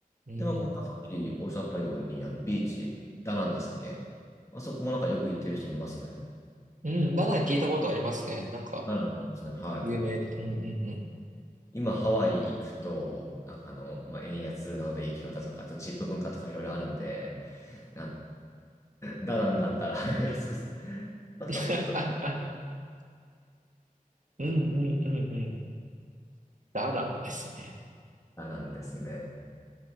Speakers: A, on the right (about 60°); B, on the left (about 20°).
A: うん。
B: で、まあ、こうさっきおっしゃったように、あの、ビーチ、ダナンでしたっけあそこもなんかよく行ってる人いますね。
A: うん、ダナン聞いたことありますね。なんか、
B: ダナンですね。はい。
A: 有名。うんうんうん。
B: 今、ハワイ行くと、なんかあの、まあ、円安なので影響だとか、あとチップ文化とかいろいろあるんで、あダナンだったら <laughs> 安くす、まあ、楽しいと思った
A: <laughs> うんうんうんうん。ダナンですね。
B: らダナンですね。